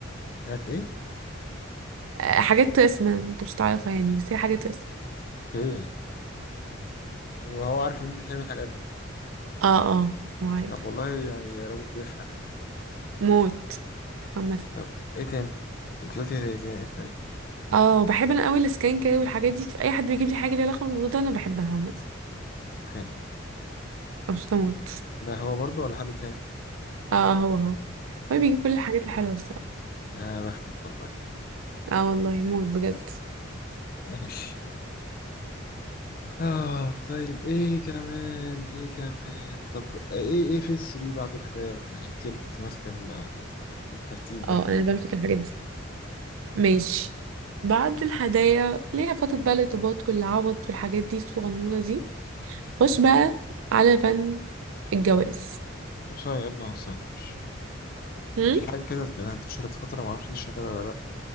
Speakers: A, on the left; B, on the right.
A: حاجات ايه
B: آه، حاجات رسم انت مش تعرفها يعني بس هي حاجات رسم
A: اوكي وهو عارف ان انت بتحبي الحاجات دي
B: اه اه معايف
A: طب والله يعني راجل بيفهم يعني
B: موت عامة
A: طب ايه تاني انت قلتي زي زي ايه تاني
B: اه بحب انا قوي السكان كده والحاجات دي في اي حد بيجيب لي حاجه ليها علاقه بالموضوع ده انا بحبها عامة
A: اوكي
B: مبسوطه موت
A: ده هو برضو ولا حد تاني
B: اه هو هو هو بيجيب كل الحاجات الحلوه الصراحه
A: اه بختك والله
B: اه والله موت بجد
A: <laughs> ماشي اه طيب ايه كمان ايه كمان طب ايه ايه في السري بعد الهدايا بقى؟ عشان انت اللي كنت ماسكه ال- الترتيب ده
B: اه انا اللي بمسك الحاجات دي ماشي بعد الهدايا اللي هي فترة بقى الارتباط والعوض والحاجات دي الصغنونة دي خش بقى على بند الجواز
A: طب سوري قبل ما اوصل مش
B: هم؟
A: في حاجه كده كانت انتشرت فتره معرفش انت شغاله ولا لا